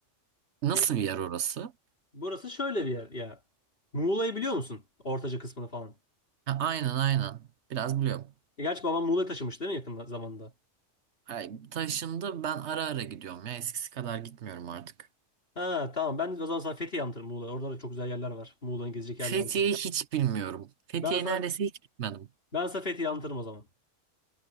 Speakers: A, on the right; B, on the left.
A: nasıl
B: Ye-
A: bir yer orası?
B: Burası şöyle bir yer ya. Muğla'yı biliyor musun? Ortaca kısmını falan.
A: Ha, aynen aynen. Biraz biliyorum.
B: E, gerçi babam Muğla'ya taşımış değil mi yakın zamanda?
A: Ay, taşındı ben ara ara gidiyorum ya eskisi kadar gitmiyorum artık.
B: Ha tamam ben o zaman sana Fethiye anlatırım Muğla. Orada da çok güzel yerler var. Muğla'nın gezecek yerler
A: Fethiye'yi
B: var.
A: hiç bilmiyorum. Fethiye'ye
B: Ben sana,
A: neredeyse hiç gitmedim.
B: ben sana Fethiye anlatırım o zaman.